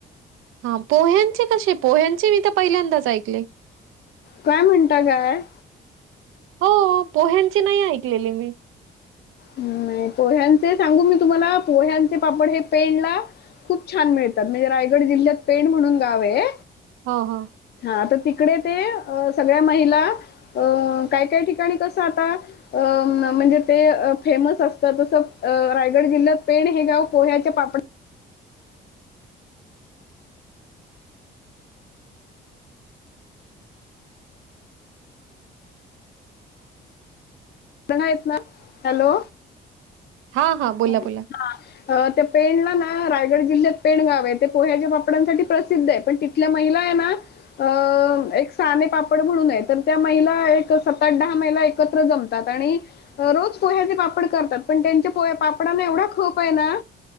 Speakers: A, on the right; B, on the left.
A: हा पोह्यांचे कसे? पोह्यांचे मी तर पहिल्यांदाच ऐकले.
B: काय म्हणता काय?
A: हो पोह्यांची नाही ऐकलेली मी.
B: नाही पोह्यांचे सांगू मी तुम्हाला पोह्यांचे पापड हे पेणला खूप छान मिळतात. म्हणजे रायगड जिल्ह्यात पेण म्हणून गाव आहे.
A: हो हो.
B: हां तर तिकडे ते अ सगळ्या महिला अ काय काय ठिकाणी कसं आता अ म म्हणजे ते फेमस असतात तसं अ रायगड जिल्ह्यात पेण हे गाव पोह्याच्या पापड <inaudible> हॅलो?
A: हां, हां. बोला,
B: हा.
A: बोला.
B: अ ते पेणला ना रायगड जिल्ह्यात पेण गाव आहे ते, पोह्याच्या पापडांसाठी प्रसिद्ध आहे. पण तिथल्या महिला आहे ना, अ एक साने पापड म्हणून आहे तर, त्या महिला एक सात आठ दहा महिला एकत्र जम तात आणि रोज पोह्याचे पापड करतात, पण त्यांच्या पोहे पापडांना एवढा खप आहे ना